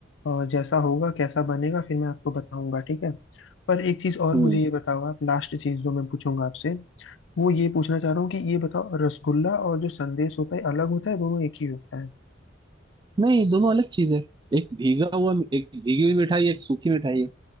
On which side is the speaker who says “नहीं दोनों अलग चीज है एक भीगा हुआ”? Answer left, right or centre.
Right